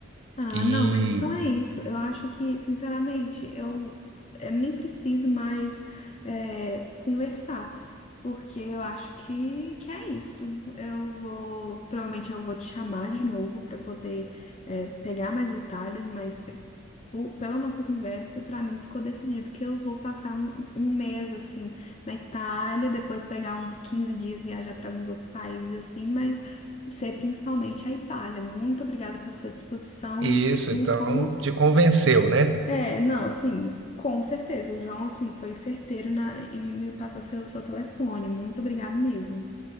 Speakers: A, on the left; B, on the right.
A: Ah,
B: E
A: não, mas então é isso. Eu acho que, sinceramente, eu, eu nem preciso mais é, conversar, porque eu acho que, que é isso. Eu vou, provavelmente eu vou te chamar de novo para poder é, pegar mais detalhes, mas po- pela nossa conversa, para mim ficou decidido que eu vou passar um, um mês assim na Itália, depois pegar uns 15 dias, viajar para alguns outros países assim, mas você, principalmente a Itália. Muito obrigada pela sua disposição.
B: isso,
A: em
B: então
A: Como.
B: te convenceu, né?
A: É, não, assim, com certeza. O João, assim, foi certeiro na... em me me passar seu, seu telefone. Muito obrigado mesmo.